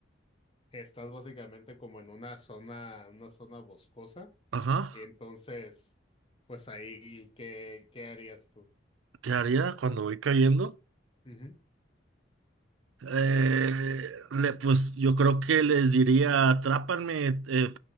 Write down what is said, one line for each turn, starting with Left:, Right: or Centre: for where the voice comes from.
Left: Estás básicamente como en una zona, una zona boscosa
Right: Ajá.
Left: Entonces, pues ahí, ¿qué, qué harías tú?
Right: ¿Qué haría cuando voy cayendo?
Left: Ujú.
Right: Eh, le- pues yo creo que les diría, atrápanme, eh,